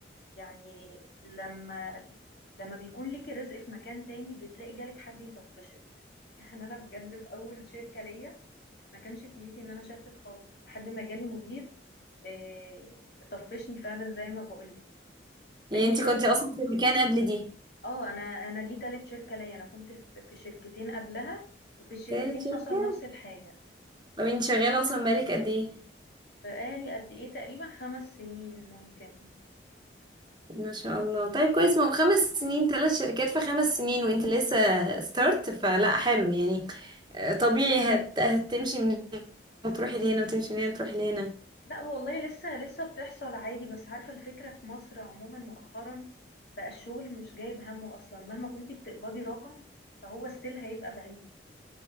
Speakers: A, on the left (about 60°); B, on the right (about 25°).
A: يعني لما لما بيكون ليكي رزق في مكان تاني بتلاقي جالك حد يطفشك <laughs> يعني أنا بجد في أول شركة ليا ما كانش في نيتي إن أنا شفت خالص لحد ما جالي مدير آه، طفشني فعلا زي ما بقولك
B: يعني
A: تاني
B: انت
A: شركة
B: كنتي اصلا في المكان قبل دي
A: اه أنا أنا دي تالت شركة ليا أنا كنت في في شركتين قبلها وفي الشركتين
B: تالت شركة
A: حصل نفس الحاجة
B: طب انت شغالة اصلا بقالك قد ايه
A: بقالي قد ايه تقريبا خمس سنين ممكن
B: ما شاء الله طيب كويس ما هو خمس سنين ثلاث شركات في خمس سنين وانت لسه ستارت فلا حلو يعني آه، طبيعي هت... هتمشي من هنا وتروحي لهنا وتمشي من هنا وتروحي لهنا
A: لا والله لسه لسه بتحصل عادي بس عارفة الفكرة في مصر عموما مؤخرا بقى الشغل مش جايب همه اصلا مهما كنتي بتقبضي رقم فهو ستيل هيبقى بعيد